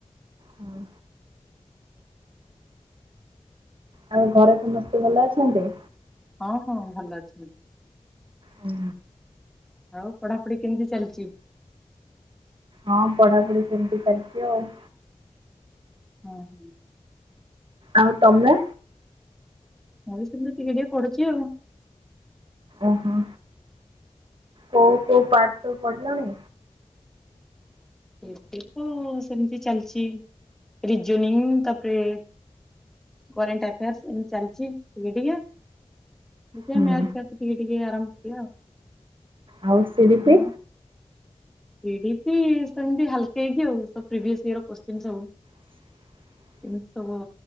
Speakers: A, on the right; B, in the centre.
A: ହଁ। ଆଉ ଘରେ ସମସ୍ତେ ଭଲ ଅଛନ୍ତି?
B: ହଁ ହଁ ଭଲ ଅଛନ୍ତି।
A: ହୁଁ।
B: ଆଉ ପଢାପଢି କେମିତି ଚାଲିଛି?
A: ହଁ ପଢାପଢି ସେମିତି ଚାଲିଛି ଆଉ।
B: ହୁଁ ହୁଁ।
A: ଆଉ ତମେ
B: ମୁଁ ବି ସେମିତି ଟିକେ ଟିକେ ପଢୁଛି ଆଉ।
A: ଓହୋ କୋଉ କୋଉ ପାର୍ଟ ସବୁ ପଢିଲଣି?
B: ଏବେ ତ ସେମିତି ଚାଲିଛି ରିଜନିଂ ତାପରେ କରେଣ୍ଟ ଆଫେୟାର୍ସ ଏମିତି ଚାଲିଛି ଟିକେ ଟିକେ ଦେଖିବା
A: ହୁଁ
B: ମ୍ୟାଥ ଫ୍ୟାଥ ଟିକେ ଟିକେ ଆରମ୍ଭ କରିବା ଆଉ,
A: ଆଉ ସି ଡି
B: ତମର?
A: ପି?
B: ଇଡିିପି ସେମତି ହାଲ୍କେଇକି ଆଉ ସବୁ ପ୍ରିଭିୟସ ଇୟର ର କୋଶ୍ଚିନ ସବୁ
A: <inaudible>
B: ଏମିତି ସବୁ